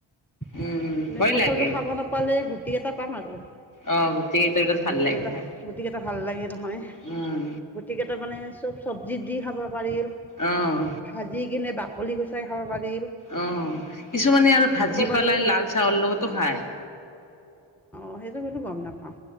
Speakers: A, in the centre; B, on the left (about 40°).
A: মানে
B: উম, ভয়
A: কঁঠালতটো
B: লাগে।
A: খাব নাপালে গুট কোটি গিতা পাম আৰু।
B: অ', গোটেই কেইটাৰ ভিতৰত ভাল
A: গুটি
B: লাগে
A: কেইটা,
B: খাই।
A: গুটি কেইটা ভাল লাগে নহয়।
B: উম,
A: গতিকে তাৰ মানে, চব চব্জিত দি খাবা বাৰীৰ।
B: অ',
A: ভাজি কিনে ডাক ক'লি গুচাই খাব পাৰি।
B: অ', কিছুমানে আৰু ভাজি
A: পাৰিল
B: পেলাই লাল চাহৰ লগতো খায়।
A: অ', সেইটো কিন্তু গম নাপাওঁ।